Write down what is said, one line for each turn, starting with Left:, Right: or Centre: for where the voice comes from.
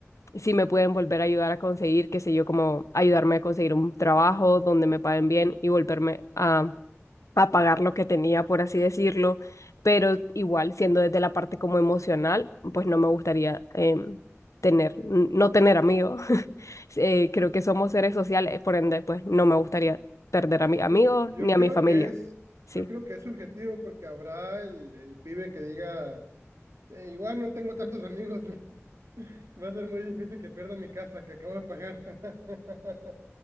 Left: sí me pueden volver a ayudar a conseguir, qué sé yo, como ayudarme a conseguir un trabajo donde me paguen bien y volverme a, a pagar lo que tenía, por así decirlo. Pero igual, siendo desde la parte como emocional, pues no me gustaría em, tener, n- no tener amigos. Eh, creo que somos seres sociales, por ende, pues no me gustaría perder a mis amigos
Right: Yo, yo
Left: ni a
Right: creo
Left: mi familia.
Right: que es,
Left: Sí,
Right: yo creo que es subjetivo porque habrá el, el pibe que diga, "Eh, igual no tengo tantos amigos, <laughs> va a ser muy difícil que pierda mi casa que acabo de pagar. <laughs>